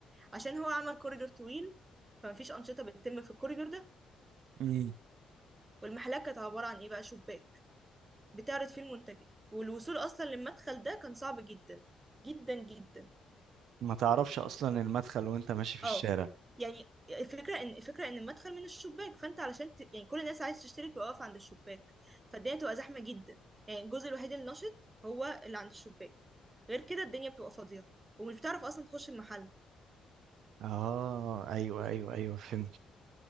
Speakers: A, on the right (about 25°); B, on the right (about 75°).
A: عشان هو عمل كوريدور طويل فمفيش انشطه بتتم في الكوريدور ده
B: امم
A: والمحلات كانت عباره عن ايه بقى شباك بتعرض فيه المنتجات والوصول اصلا للمدخل ده كان صعب جدا جدا جدا
B: ما تعرفش اصلا المدخل وانت ماشي في الشارع
A: اه يعني الفكرة ان الفكرة ان المدخل من الشباك فانت علشان ت... يعني كل الناس عايز تشتري توقف عند الشباك فالدنيا بتبقى زحمة جدا يعني الجزء الوحيد النشط هو اللي عند الشباك غير كده الدنيا بتبقى فاضية ومش بتعرف اصلا تخش المحل
B: اه ايوه ايوه ايوه فهمت